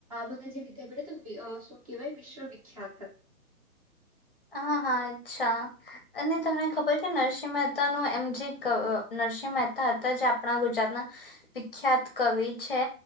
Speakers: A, on the right (about 25°); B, on the left (about 35°).
A: બધા જે વિદ્યાપીઠ શું કહેવાય વિશ્વવિખ્યાત હતા.
B: હા હા અચ્છા. અને
A: હા
B: તમને ખબર છે નર્સ મહેતા ન એમ જે નરસિંહ મહેતા હતા જે આપણા ગુજરાતના વિખ્યાત કવિ છે